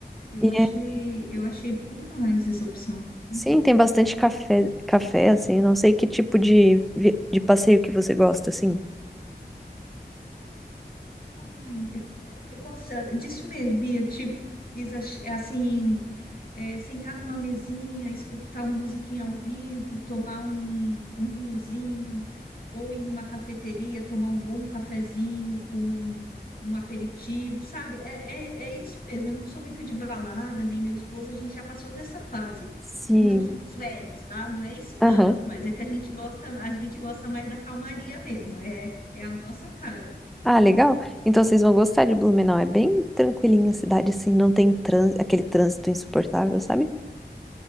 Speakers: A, on the left (about 55°); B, in the centre.
A: Eu
B: E
A: achei,
B: é-
A: eu achei bom demais essa opção. Uhum.
B: sim, tem bastante café, café, assim, não sei que tipo de, vi- de passeio que você gosta, assim.
A: Ai, eu, eu gosto disso mesmo, Bia. Tipo, isso é assim, é, sentar numa mesinha, escutar uma musiquinha ao vivo, tomar um, um vinhozinho, ou ir numa cafeteria, tomar um bom cafezinho com um aperitivo, sabe? É, é, é isso mesmo. Eu não sou muito de balada, nem meu esposo, a gente já passou dessa fase.
B: Sim.
A: E Não somos velhos, tá? Não é isso,
B: Aham.
A: não. Mas é que a gente gosta, a gente gosta mais da calmaria mesmo. É, é a nossa cara.
B: Ah, legal. Então vocês vão gostar de Blumenau. É bem tranquilinha a cidade, assim, não tem trânsito, aquele trânsito insuportável, sabe?